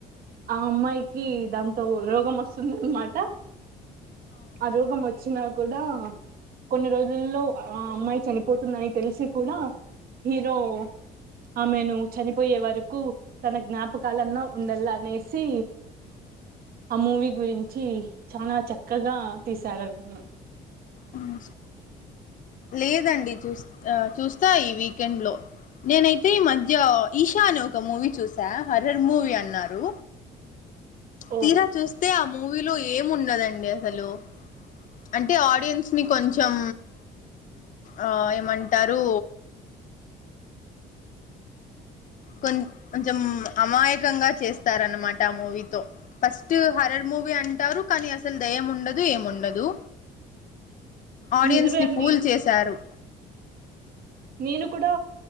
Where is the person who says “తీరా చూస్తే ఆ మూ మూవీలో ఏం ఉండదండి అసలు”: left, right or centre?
Left